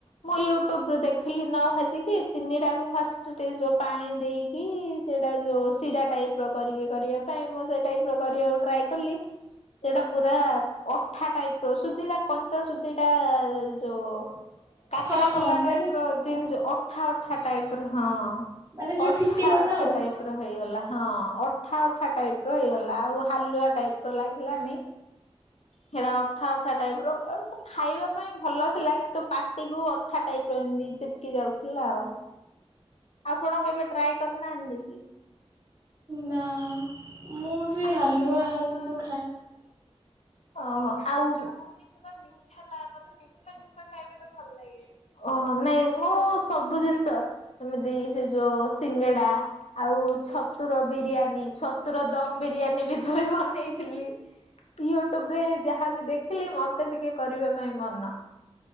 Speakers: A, on the left; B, on the right.
A: ମୁଁ ୟୁ ୟୁଟୁବୁ ଦେଖିଲି ନ ଭାଜିିକି ଚିନି ଟାକୁ ଫାଷ୍ଟ ଯୋଉ ପାଣି ଦେଇକି ସେଟା ଯୋଉ ଶିରା ଟାଇପ ର କରିକି କରିବା ପାଇଁ, ମୁଁ ସେ ଟାଇପ ର କରିବାକୁ ଟ୍ରାଏ କଲି ସେଇଟା ପୁରା ଅଠା ଟାଇପ ର, ସୁଜିଟା କଞ୍ଚା ସୁଜି ଟା ଯୋଉ କାକରା
B: ହଁ ହଁ
A: କଲା ଟାଇପ
B: ମାନେ
A: ର ଜିନ ଅଠା ଅଠା ଟାଇପ ର ହଁ
B: ମାନେ ଯୋଉ
A: ଅଠା
B: ଫିଟି ଗଲା
A: ଅଠା
B: ଆଉ।
A: ଟାଇପ ର ହେଇଗଲା ହଁ ଅଠା ଅଠା ଟାଇପ ର ହେଇଗଲା। ଆଉ ହାଲୁଆ ଟାଇପ ର ଲାଗିଲାନି। ସେଟା ଅଠା ଅଠା ଟାଇପ ର ଖାଇବା ପାଇଁ ଭଲ ଥିଲା କିନ୍ତୁ ପାଟିକୁୁ ଅଠା ଟାଇପ ଚିପକି ଯାଉଥିଲା ଆଉ ଆପଣ କେବେ ଟ୍ରାଏ କରିନାହାନ୍ତି କି?
B: ନା ମୁଁ ସେ
A: ମୁଁ ସେଏ ହାଲୁଆ
B: ସେ
A: ତ
B: ସବୁ
A: ଖାଇନି। ଓହୋ ଆଉ ଯୋଉ କ ସେଟା ମିଠା ଲ ମତେ ମିଠା ଜିନିଷ ଖାଇବା ତେ ଭଲ ଲାଗେନି। ଓ ନାଇଁ ମୁଁ ସବୁ ଜିନିଷ ଏମିତି ସେ ଯୋଉ ସିଙ୍ଗଡା ଆଉ ଛତୁର ବିରିୟାନୀ ଛତୁର ଦମ ବିରିୟାନୀ ବି ରେ ବନେଇଥିଲି। ୟୁଟ୍ୟୁବ ରେ ଯାହାବି ଦେଖିଲି ମତେ ଟିକେ କରିବା ପାଇଁ ମନ।